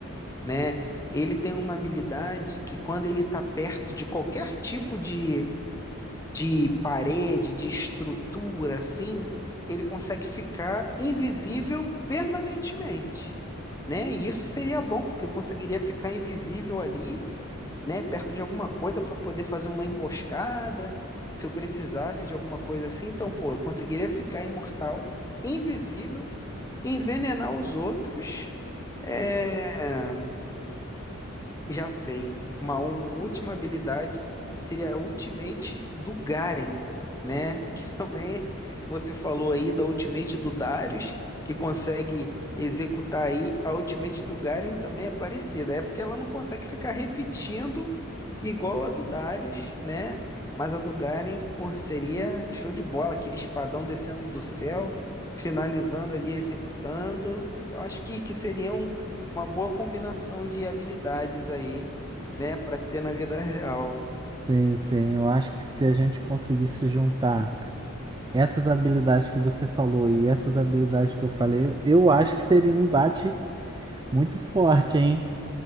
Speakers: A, on the left; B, on the right.
A: né? Ele tem uma habilidade que quando ele está perto de qualquer tipo de, de parede, de estrutura, assim, ele consegue ficar invisível permanentemente, né? E isso seria bom, porque eu conseguiria ficar invisível ali né, perto de alguma coisa para poder fazer uma emboscada, se eu precisasse de alguma coisa assim. Então, pô, eu conseguiria ficar imortal, invisível, envenenar os outros. É, já sei. Uma u- última habilidade seria a Ultimate do Garen, né? Que <laughs> também você falou aí da Ultimate do Darius, que consegue executar aí. A Ultimate do Garen também é parecida. É porque ela não consegue ficar repetindo Igual a do Darius, né? Mas a do Garen, pô, seria show de bola, aquele espadão descendo do céu, finalizando ali, executando. Eu acho que, que seria um- uma boa combinação de habilidades aí, né, Para ter na vida real.
B: Sim, sim. Eu acho que se a gente conseguisse juntar. Essas habilidades que você falou e essas habilidades que eu falei, eu eu acho que seria um embate muito forte, hein?